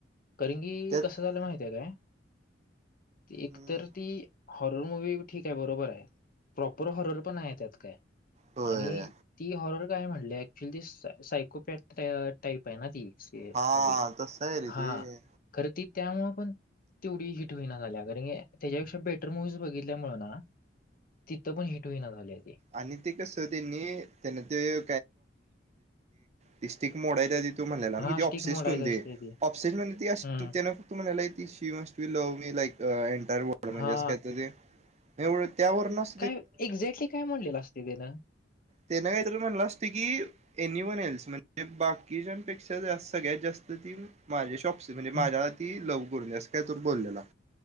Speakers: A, on the left; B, on the right.
A: कारणं की
B: त्यात
A: कस झालं माहितेय काय. एकतर
B: हम्म
A: ती हॉरर मूवी ठीक आहे बरोबर आहे प्रॉपर हॉरर पण नाय त्यात काय.
B: होय
A: आणि ती हॉरर काय म्हणली ऍक्च्युल ती सायकोपॅट टाईप आहे ना ती मूवी
B: हा तसं आहे रे
A: हा.
B: ते
A: खरं ती त्यामुळेळ पण तेवढी हिट होईना झाल्या. <unintelligible> त्याच्यापेक्षा बेटर मुव्हीज बघितल्यामुळ ना, तिथं पण हिट होईना झाल्या ती.
B: आणि ते कस त्यांनी त्यांना ते <unintelligible> तो म्हणाला
A: हा स्टिक
B: ऑक्सेिस्ट
A: मोडायचं
B: होऊ दे
A: असते ती
B: ऑपसिस्ट म्हण ती
A: हम्म
B: त्या <unintelligible> त म्हणाला की श musty love me like entire world म्हणजे
A: हा
B: अस कायं ते एवढ त्यावरन <unintelligible>
A: काय एक्झॅक्टली काय म्हणलेलं असतयं वेदान.
B: ते नायतर म्हणलं असते की एनी वन एल्स म्हणजे बाकीच्यांपेक्षा सगळ्यात जास्त ती माझे शॉप <unintelligible> माझ्यावर
A: हम्म
B: ती लव करून असं काय तर बोललेला.